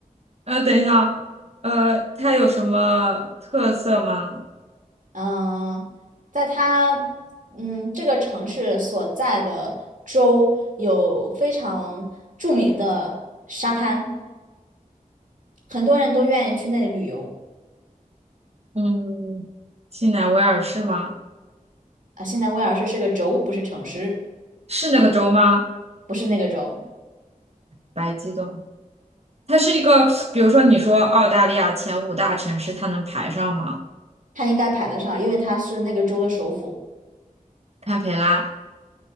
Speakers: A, on the right; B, on the right.
A: 呃，等一下哦呃，它有什么特色吗？
B: 嗯，在它嗯这个城市所在的州有非常著名的沙滩，很多人都愿意去那里旅游
A: 嗯，新南威尔士吗？
B: 啊。现在威尔士是个州，不是城市，
A: 是那个州吗？
B: 不是那个州，
A: 白激动，它是一个，比如说你说澳大利亚前五大城市，它能排上吗？
B: 它应该排得上，因为它是那个州的首府。
A: 堪培拉、